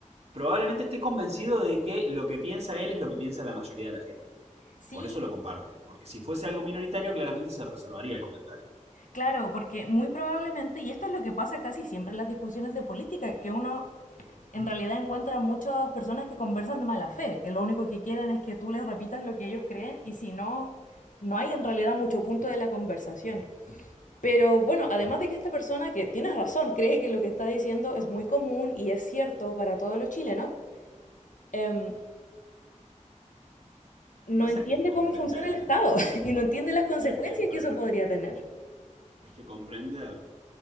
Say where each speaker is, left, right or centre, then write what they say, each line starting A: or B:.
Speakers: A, on the right (about 55°); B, on the left (about 80°).
A: probablemente esté convencido de que lo que piensa él es lo que piensa la mayoría de la gente.
B: Sí,
A: Por eso lo comparte. Porque si fuese algo minoritario, claramente se reservaría el comentario.
B: claro, porque muy probablemente, y esto es lo que pasa casi siempre en las discusiones de política, que uno en realidad encuentra muchas personas que conversan de mala fe, que lo único que quieren es que tú les repitas lo que ellos creen y si no, no hay en realidad mucho punto de la conversación. Pero bueno, además de que esta persona, que tienes razón, cree que lo que está diciendo es muy común y es cierto para todos los chilenos, em, no
A: Lo que pasa
B: entiende
A: es que comprender,
B: cómo funciona el Estado <laughs> y no entiende las consecuencias
A: pero es que, pero
B: que eso
A: es
B: podría
A: que,
B: tener.
A: es que comprender